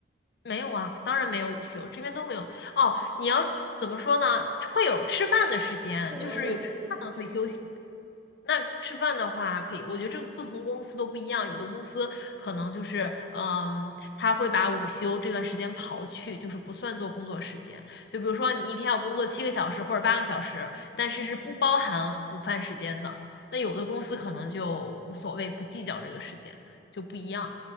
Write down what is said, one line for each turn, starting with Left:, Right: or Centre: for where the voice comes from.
Left: 没有啊，当然没有午休，这边都没有。哦，你要怎么说呢？会有吃饭的时间，
Right: 对我的意思，
Left: 就是有吃饭会休息，
Right: 对。
Left: 那吃饭的话，可以，我觉得这个不同公司都不一样，有的公司可能就是，嗯，他会把午休这段时间刨去，就是不算做工作时间。就比如说你一天要工作七个小时或者八个小时，但是是不包含午饭时间的。
Right: 嗯
Left: 那有的公司可能就无所谓，不计较这个时间，就不一样，